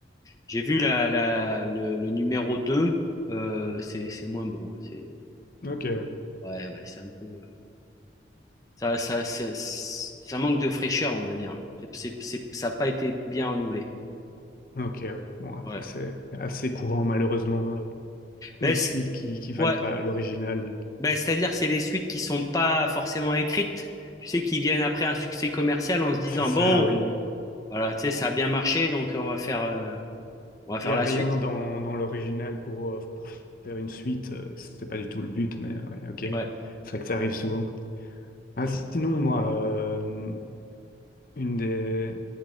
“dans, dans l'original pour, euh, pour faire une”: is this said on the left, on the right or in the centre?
Left